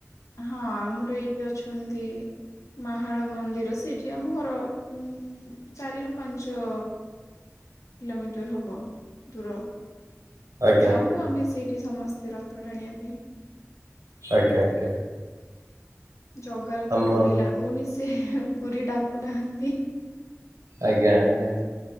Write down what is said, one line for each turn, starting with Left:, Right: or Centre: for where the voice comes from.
Left: ହଁ ଆମର ଏଇଠି ଅଛନ୍ତି। ମାହାଳ ମନ୍ଦିର ସେଇଠି ଆମ ଘର ଉଁ ଚାରିରୁ ପାଞ୍ଚ କିଲୋମିଟର ହବ ଦୂର
Right: ଆଜ୍ଞା
Left: ଯାଉନୁ
Right: ଆଜ୍ଞା
Left: ଆମେ ସେଇଠି ସମସ୍ତେ ର ଥ ଟାଣିଆ ପାଇଁ।
Right: ଆଜ୍ଞା ଆଜ୍ଞା।
Left: ଜଗାରେ ତ
Right: ଆମ
Left: ଡୋରି ଲାଗୁନି ସେ ପୁରୀ ଡାକୁନାହାନ୍ତି।
Right: ଆଜ୍ଞା ଆଜ୍ଞା।